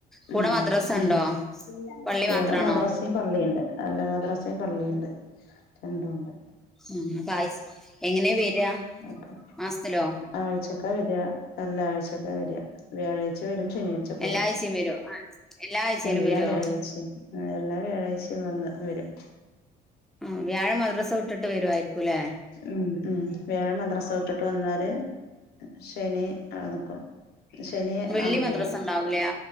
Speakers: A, in the centre; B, on the left (about 70°).
A: കൂടെ
B: ഉ
A: മദ്രസ
B: ഉ
A: ഉണ്ടോ പള്ളി
B: കൂടെ
A: മാത്രാണോ
B: മദ്രാസയും പള്ളിയുണ്ട് അല്ല മദ്രാസയും പള്ളിയുണ്ട് രണ്ടുണ്ട്
A: ആ <unintelligible>
B: ഉം
A: എങ്ങനെ വരാ
B: അപ്പൊ
A: മാസത്തിലോ
B: ആഴ്ചക്കാ വരാ അല്ല ആഴ്ചക്കാ വരാ വ്യാഴായ്ച വരും ശനിയാഴ്ച്ച പോകും
A: എല്ലാ ആഴ്ചയും വരോ ആ എല്ലാ ആഴ്ചയിലും
B: എല്ലാം
A: വരുവോ
B: വ്യാഴായ്ചിം ആ എല്ലാ വ്യാഴായ്ചയും വന്ന് വരും
A: ആ വ്യാഴംമദ്രസ വിട്ടിട്ട് വരുവായിരിക്കുംല്ലെ
B: ഉം ഉം വ്യാഴംമദ്രസ വിട്ടിട്ട് വന്നാല് ശനി അവ്ടെ നിക്കും ശനി
A: വെള്ളി
B: അങ്ങട്
A: മദ്രസ
B: പോവും
A: ഉണ്ടാവൂലാ